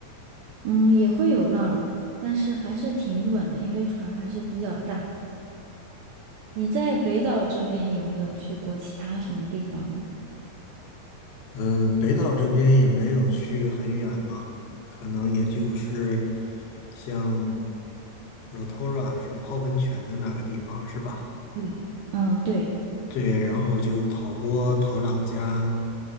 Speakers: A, on the right (about 75°); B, on the left (about 75°).
A: 嗯，也会有浪，但是还是挺稳的，因为船还是比较大。你在北岛这边有没有去过其他什么地方呢？
B: 嗯，北岛这边也没有去很远嘛，可能也就是像 Rotorua 是泡温泉的那个地方是吧？
A: 对，嗯，对
B: 对，然后就陶波、陶朗加，